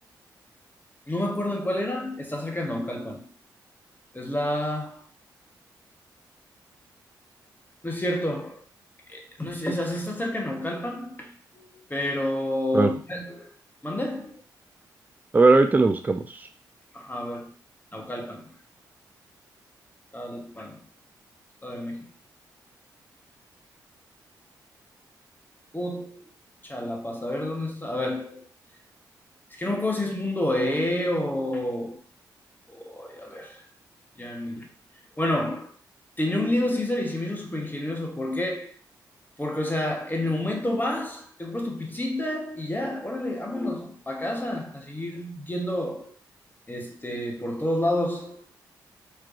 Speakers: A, on the left; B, on the right.
A: No me acuerdo en cuál era. Está cerca de Naucalpan. Es la... No es cierto. No es... o sea, sí está cerca de Naucalpan, pero...
B: A ver,
A: ¿Mande?
B: a ver, ahorita la buscamos.
A: Ajá, a ver. Naucalpan. Naucalpan. Estado de México. Pucha, la pasa. A ver, ¿dónde está? A ver. Es que no me acuerdo si es Mundo E o... o- ay, a ver. Ya, ni- Bueno, tenía un Little Caesar y se me hizo súper ingenioso. ¿Por qué? Porque, o sea, en el momento vas, te compras tu pizzita y ya, órale, vámonos a casa, a seguir yendo este, por todos lados.